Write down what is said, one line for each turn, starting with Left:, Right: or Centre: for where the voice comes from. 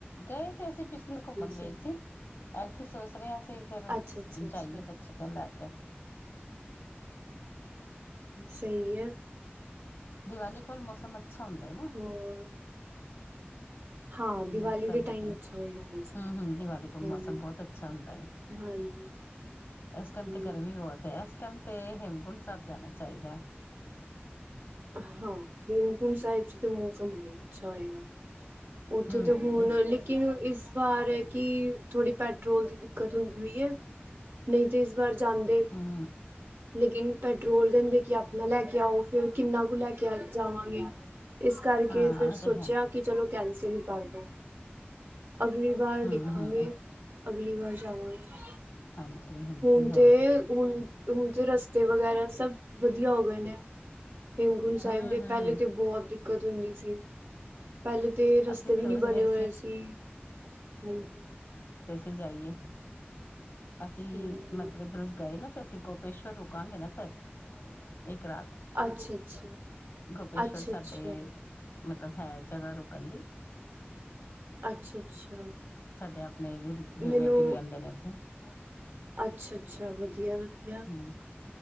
Left: ਗਏ ਸੀ ਅਸੀਂ, ਪਿਛਲੇ ਘੁੰਮਣ
Right: ਸਹੀ
Left: ਗਏ ਸੀ।
Right: ਹੈ
Left: ਐਤ ਕੀ ਸੋਚ ਰਹੇ ਆਂ ਫਿਰ
Right: ਅੱਛਾ ਅੱਛਾ ਅੱਛਾ
Left: ਜਾਈਏ ਬੱਚਿਆਂ ਨੂੰ ਲੈ ਕੇ।
Right: ਸਹੀ ਐ।
Left: ਦੀਵਾਲੀ ਕੋਲ ਮੌਸਮ ਅ ਅੱਛਾ ਹੁੰਦਾ ਐ ਨਾ।
Right: ਹੋਰ ਹਾਂ ਦੀਵਾਲੀ
Left: ਬਸ ਸਭ
Right: ਦੇ
Left: ਵਧੀਆ,
Right: ਟਾਈਮ ਅੱਛਾ ਹੁੰਦਾ ਮੌਸਮ
Left: ਹੂੰ ਹੂੰ, ਦੀਵਾਲੀ ਕੋਲ
Right: ਹਾਂਜੀ
Left: ਮੌਸਮ ਬਹੁਤ ਅੱਛਾ ਹੁੰਦਾ ਏ,
Right: ਹਾਂਜੀ
Left: ਇਸ ਟਾਈਮ
Right: ਹਾਂਜੀ
Left: ਤੇ ਗਰਮੀ ਬਹੁਤ ਐ, ਇਸ ਟਾਈਮ ਤੇ ਹੇਮਕੁੰਡ ਸਾਹਿਬ ਜਾਣਾ ਚਾਹੀਦਾ ਐ।
Right: ਹਾਂ ਹੇਮਕੁੰਟ ਸਾਹਿਬ ਜੀ ਤੇ ਮੌਸਮ ਬਹੁਤ ਅੱਛਾ ਹੋਏਗਾ। ਉੱਥੇ
Left: ਹੂੰ
Right: ਤਾਂ ਹੁਨ
Left: ਇਸ
Right: ਲੇਕਿਨ ਇਸ ਵਾਰ ਹੈ ਕਿ ਥੋੜ੍ਹੀ ਪੈਟਰੋਲ ਦੀ ਦਿਕ ਦਿੱਕਤ ਹੁੰਦੀ ਹੋਈ ਹੈ ਨਹੀਂ ਤੇ ਇਸ ਵਾਰ ਜਾਂਦੇ।
Left: ਹੂੰ
Right: ਲੇਕਿਨ ਪੈਟਰੋਲ ਦਾ ਹੁੰਦਾ ਕਿ ਆਪਣਾ ਲੈ ਕੇ ਕੇ ਆਓ, ਫਿਰ ਕਿੰਨਾ ਕੁ ਲੈ ਕੇ ਆ ਜਾਵਾਂਗੇ। ਇਸ ਕਰਕੇ
Left: ਹਾਂ
Right: ਫਿਰ
Left: ਉਹ
Right: ਸੋਚਿਆ
Left: ਤੇ ਹੈ
Right: ਕਿ ਚਲੋ ਕੈਂਸਲ ਹੀ ਕਰਦੋ, ਅਗਲੀ ਵਾਰ
Left: ਹੂੰ
Right: ਦੇਖਾਂਗੇ,
Left: ਹੂੰ
Right: ਅਗਲੀ ਵਾਰ। <unintelligible>
Left: ਹਾਂਜੀ ਹਾਂਜੀ
Right: ਹੁਨ
Left: ਹੋਰ
Right: ਤੇ, ਹੁਨ-ਹੁਨ ਤੇ ਰਸ ਤੇ ਵਗੈਰਾ ਸਭ ਵਧੀਆ ਹੋ ਗਏ ਨੇ। ਹੇਮ ਕੁੰਡ ਸਾਹਿਬ
Left: ਹੂੰ
Right: ਦੇ
Left: ਹੂੰ
Right: ਪਹਿਲੇ ਤੇ ਬਹੁਤ ਹੀ ਦਿੱਕਤ ਹੁੰਦੀ ਸੀ। ਪਹਿਲੇ ਤੇ ਰਸਤੇ
Left: ਅਸੀਂ
Right: ਵੀ
Left: ਸੋਚ
Right: ਨੀ
Left: ਰਹੇ
Right: ਬਣੇ ਹੋਏ ਸੀ, ਹਾਂਜੀ।
Left: ਉੱਥੇ ਜਾਈਏ। ਅਸੀਂ
Right: ਹਾਂਜੀ।
Left: ਮਤਲਬ <unintelligible> ਗਏ ਨਾ ਤੇ ਅਸੀਂ ਗੋਪੇਸ਼ਵਰ ਰੁਕਾਂਗੇ ਨਾ ਫਿਰ ਇੱਕ ਰਾਤ
Right: ਅੱਛਾ ਅੱਛਾ
Left: ਗੋਪੇਸ਼ਵਰ
Right: ਅੱਛਾ
Left: ਸਾਡੇ
Right: ਅੱਛਾ
Left: ਮਤਲਬ ਹੈ ਜਗ੍ਹਾ ਰੁਕਨ ਦੀ।
Right: ਅੱਛਾ ਅੱਛਾ
Left: ਛੱਡਿਆ, <unintelligible> ਆਪਣੇ ਰਿਲੇਟਿਵ
Right: ਮੈਨੂੰ
Left: ਰਹਿੰਦੇ ਨੇ ਉੱਥੇ, <unintelligible>
Right: ਅੱਛਾ ਅੱਛਾ ਵਧੀਆ।
Left: ਹਮ